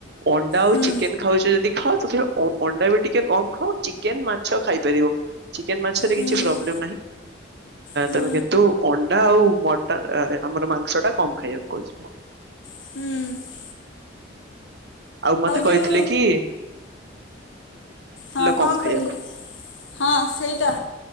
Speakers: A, on the right (about 55°); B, on the left (about 75°).
A: ଅଣ୍ଡା ଆଉ
B: ହୁଁ।
A: ଚିକେନ ଖାଉଛ ଯଦି ହଁ ଅଥଚ ଅଣ୍ଡାବି ଟିକେ କମ ଖାଅ ଚିକେନ ମାଛ ଖାଇପାରିବ। ଚିକେନ ମାଛରେ
B: ହୁଁ
A: କିଛି ପ୍ରୋବ୍ଲେନାହିଁ
B: ହୁଁ
A: ତମେ କିନ୍ତୁ ଅଣ୍ଡା ଆଉ ମଟନ ଅ ଏ ଆମର ମାଂସଟା କମ ଖାଇବାକୁ କହୁଚିମ।
B: ଉୁଁ।
A: ଆଉ ମତେ
B: ଯୋଉ
A: କହିଥିଲେକି?
B: ହଁ
A: କମ
B: କଣ
A: ଖାଇବାକୁ
B: କହିଲେ ହଁ ସେଇଟା